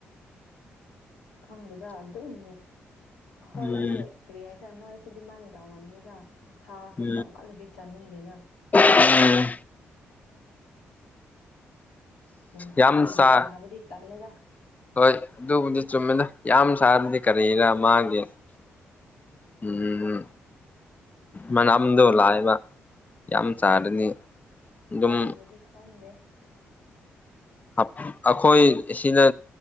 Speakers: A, on the left; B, on the left.
A: ꯈꯪꯗꯦꯗ ꯑꯗꯨꯝ ꯈꯣꯏꯗꯤ
B: ꯎꯝ
A: ꯀꯔꯤ ꯍꯥꯏꯇꯥꯔꯦ ꯅꯣꯏ ꯑꯩꯁꯨ ꯑꯗꯨꯃꯥꯏꯅ ꯇꯧꯔꯕꯝꯅꯤꯗ ꯁꯥꯁꯨ
B: ꯎꯝ
A: ꯆꯝꯃꯜꯂꯗꯤ ꯆꯥꯅꯤꯡꯗꯦꯅ
B: ꯎꯝ
A: ꯅꯨꯡꯇꯤꯒꯤ
B: ꯌꯥꯝ ꯆꯥ
A: ꯆꯥꯕꯗꯤ ꯇꯜꯂꯦꯗꯥ
B: ꯍꯣꯏ ꯑꯗꯨꯕꯨꯗꯤ ꯆꯨꯝꯃꯤꯅ ꯌꯥꯝ ꯁꯥꯔꯗꯤ ꯀꯔꯤꯔꯥ ꯃꯥꯒꯤ ꯎꯝ ꯎꯝ ꯃꯅꯥꯝꯗꯣ ꯂꯥꯛꯌꯦꯕ ꯌꯥꯝ
A: ꯎꯝ
B: ꯆꯥꯔꯅꯤ ꯑꯗꯨꯝ
A: ꯑꯗꯨꯕꯨꯗꯤ ꯈꯪꯗꯦ
B: ꯑꯞ ꯑꯩꯈꯣꯏ ꯁꯤꯗ